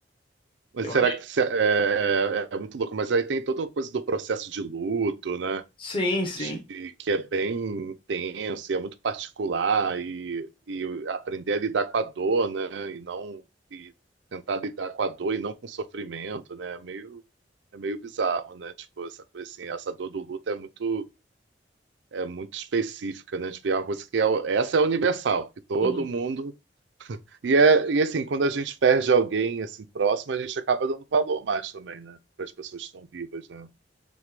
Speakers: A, on the right (about 85°); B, on the left (about 30°).
A: Mas
B: Eu
A: será
B: acho.
A: que se- é, é- é muito louco? Mas aí tem toda a coisa do processo de luto, né?
B: Sim, sim.
A: De, que é bem intenso e é muito particular e, e aprender a lidar com a dor, né? E não e tentar lidar com a dor e não com o sofrimento, né? É meio é meio bizarro, né? Tipo essa coisa assim, essa dor do luto é muito é muito específica, né? Tipo, é uma coisa que é, essa é universal, que todo
B: Uhum.
A: mundo e, é, e assim, quando a gente perde alguém assim próximo, a gente acaba dando valor mais também, né? Para as pessoas que estão vivas, né?